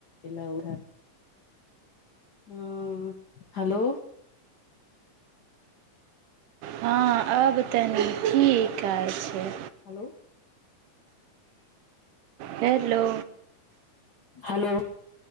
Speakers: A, on the left; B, on the right.
A: इिलउह ह हेलो
B: हँ अब तनी की कहै छै
A: हेलो
B: हलो
A: हेलो